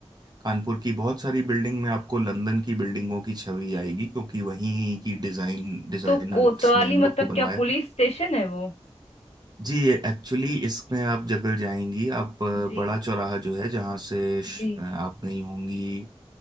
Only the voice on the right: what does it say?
कानपुर की बहुत सारी बिल्डिंग में आपको लंदन की बिल्डिंगों की छवि आएगी क्योंकि वहीं की डिजाइन डिजाइनर्स
ने इन
लोग को बनवाया
था।
जी एक्चुअली इसमें आप जगह जाएंगी आप अ,
बड़ा चौराहा जो है जहाँ से श-
अ, आप गई होंगी